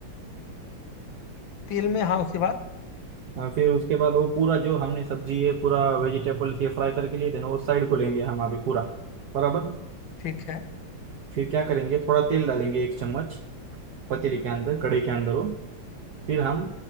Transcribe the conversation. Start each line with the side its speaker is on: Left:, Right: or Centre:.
Left: तेल में हाँ उसके बाद
Right: अ, फिर उसके बाद वो पूरा जो हमने सब्जी है पूरा वेजिटेबल्स ये फ्राई करके लिए थे ना वो साइड को लेंगे हम अभी पूरा बराबर
Left: ठीक है
Right: फिर क्या करेंगे थोड़ा तेल डालेंगे एक चम्मच पतीली के अंदर कढ़ाई के अंदर हो फिर हम